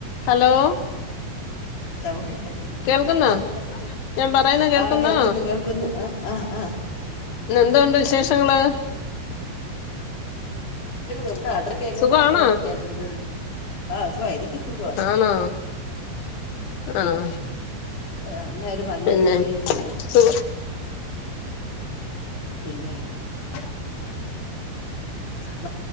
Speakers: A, on the left; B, on the left.
A: Hello
B: sound ഇല്ലല്ലേ ഇനി
A: കേൾക്കുന്നോ
B: പത്.
A: ഞാൻ പറയുന്ന കേൾക്കുന്നോ
B: ആഹ് കേൾക്കുന്നു കേൾക്കുന്നു ആ ആഹ് ആ.
A: എന്ന്തോണ്ട് വിശേഷങ്ങള്?
B: എവിടെ അടക്ക എങ്
A: സുഖാണോ
B: മരണങ്ങൊക്കെയാ കൂടുത- ആഹ് സുഖവാ എനിക്ക് സുഖാവ
A: ആണോ ആഹ്
B: ആ എന്നര് മരണത്തിന്
A: പിന്നെ
B: പോയേരിക്കിയ.
A: സുഖ
B: പിന്നെ
A: <unintelligible>
B: അ